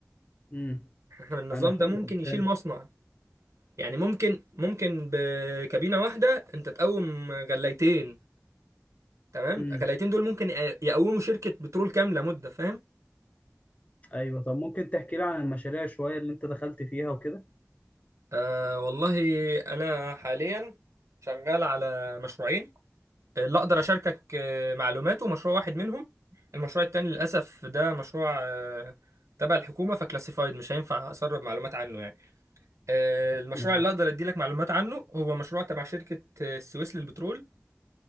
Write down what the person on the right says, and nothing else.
احنا النظام
ده ممكن يشيل
مصنع يعني ممكن ممكن بكابينه واحده انت تقوم غلايتين تمام
غلايتين دول ممكن يقوموا شركه بترول كامله مده فاهم
آه والله انا حاليا شغال على مشروعين اللي اقدر اشاركك آه، معلوماته مشروع واحد منهم المشروع التاني للاسف ده مشروع آه، تبع الحكومه فكلاسيفايد مش هينفع اسرب معلومات عنه يعني آه، المشروع
اللي اقدر اديلك معلومات عنه هو مشروع تبع شركة آه، السويس للبترول